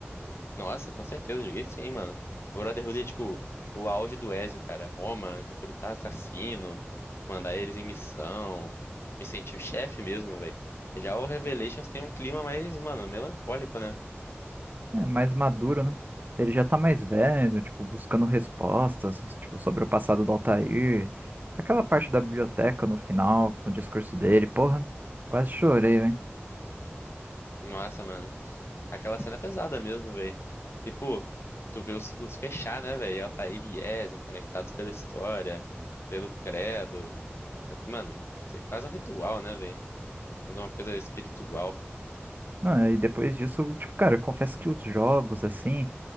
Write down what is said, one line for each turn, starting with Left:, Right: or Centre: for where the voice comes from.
Left: Nossa, com certeza, joguei sim, mano. O Brotherhood é tipo o auge do Ezio, cara. Roma, recrutar assassino, mandar eles em missão. Me senti o chefe mesmo, velho. Já o Revelations tem um clima mais, mano, melancólico, né?
Right: É mais maduro, né? Ele já tá mais velho, tipo, buscando respostas, tipo, sobre o passado do Altair. Aquela parte da biblioteca no final, com o discurso dele, porra, quase chorei, velho.
Left: Nossa, mano. Aquela cena é pesada mesmo, velho. Tipo, tu vê o ciclo se fechar, né, velho? Altair e Ezio conectados pela história, pelo credo. É, Mano, isso é quase um ritual, né, velho? Quando uma coisa é espiritual.
Right: Não, e depois disso, tipo, cara, eu confesso que os jogos, assim.